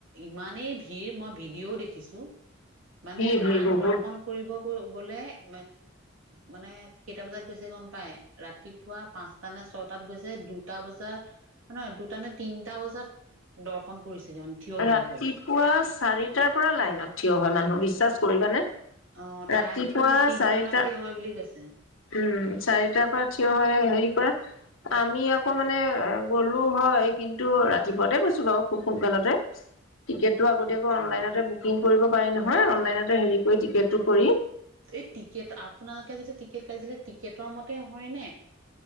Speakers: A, on the right; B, on the left.
A: ইমানেই ভিৰ মই ভিডিঅ'ও দেখিছো। মানে
B: ভিৰ
A: মাক
B: ভিৰ বহুত।
A: দৰ্শন কৰিব গলে এ মানে কেইটা বজাত গৈছে গম পাই ৰাতিপুৱা পাঁচটা নে ছয়টাত গৈছে দুটা বজাত নাহয় দুটা নে তিনটা বজাত দৰ্শন কৰিছেগে মানে থিয় হৈ
B: ৰাতিপুৱা
A: হৈ
B: চাৰিটাৰ পৰা লাইনত থিয় হয় মানুহ বি বিশ্বাস কৰিবানে!
A: অ
B: ৰাতিপুৱা
A: তাইতোতো মোক তিনটা
B: চাৰিটা
A: বা থিয় হৈ বুলি কৈছে
B: উম চাৰিটাৰ পৰা থিয় হয় হেৰি কৰে আমি আকৌ মানে গ'লো হয় কিন্তু ৰাতিপুৱাতে গৈছো বাৰু খুব সোনকালতে। টিকেট ত আগতীয়াককৌ অনলাইনতে
A: অ
B: বুকিং কৰিব পাৰি নহয় জেগাটো হেৰি কৰি টিকেটটো কৰি
A: এই টিকেট আপোনালোকে যেটো টিকেট কাটিছিলে টি টিকেটৰ মতে হয় ন